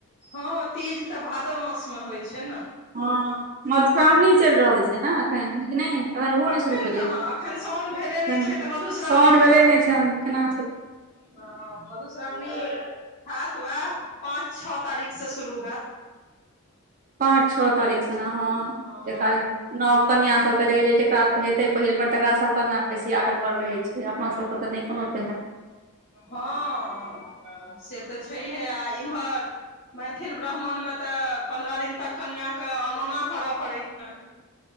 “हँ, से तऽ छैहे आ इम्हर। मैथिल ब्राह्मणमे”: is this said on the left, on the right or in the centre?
Left